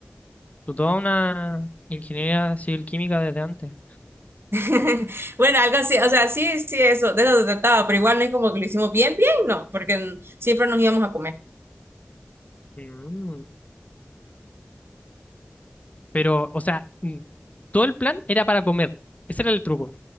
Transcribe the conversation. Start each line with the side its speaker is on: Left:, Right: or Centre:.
Left: Tú toda una ingeniería civil química desde antes.
Right: <laughs> Bueno, algo así, o sea, sí, sí, eso, de eso se trataba, pero igual no es como que lo hicimos bien, bien, no, porque siempre nos íbamos a comer.
Left: Mm. Pero, o sea, mm, todo el plan era para comer. Ese era el truco.